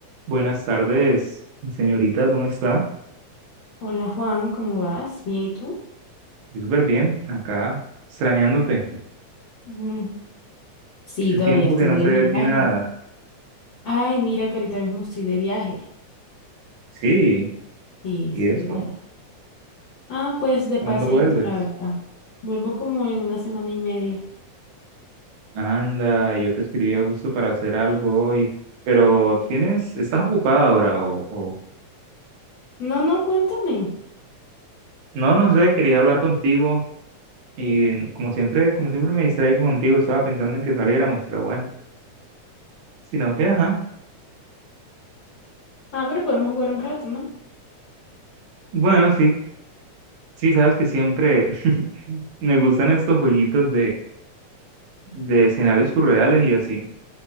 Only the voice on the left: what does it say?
Hola Juan, ¿cómo vas? ¿Bien y tú?
Mm, sí,
todavía
estoy
de
viaje.
Ay, mira que ahorita mismo estoy de viaje.
Sí,
estoy
de viaje. Ah, pues de
paseíto,
la verdad. Vuelvo como en una semana y media.
No, no, cuéntame.
Ah, pero podemos jugar un rato, ¿no?